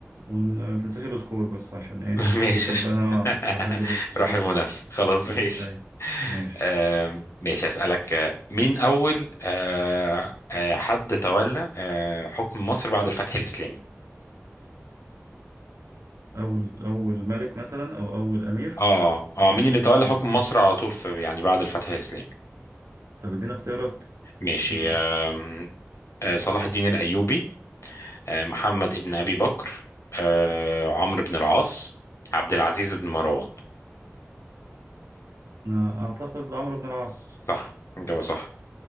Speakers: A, on the right (about 75°); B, on the left (about 65°).
A: وما تنساش السكور بس عشان ايه
B: <laughs> ماشي
A: بحب انا
B: <laughs>
A: بحب السكور
B: روح المنافسة خلاص ماشي
A: اي ماشي
B: آم، ماشي أسألك آه، مين أول آه، آه، حد تولى آه، حكم مصر بعد الفتح الإسلامي
A: اول اول ملك مثلا او اول امير
B: اه
A: بعد
B: اه مين اللي
A: الفتح
B: تولى
A: الاسلام
B: حكم مصر على طول في يعني بعد الفتح الإسلامي
A: طب ادينا اختيارات
B: ماشي
A: مم.
B: آم، آه، صلاح الدين الأيوبي آه، محمد ابن أبي بكر آه، عمرو بن العاص عبد العزيز بن مروان
A: أنا اعتقد عمرو بن العاص
B: صح إجابة صح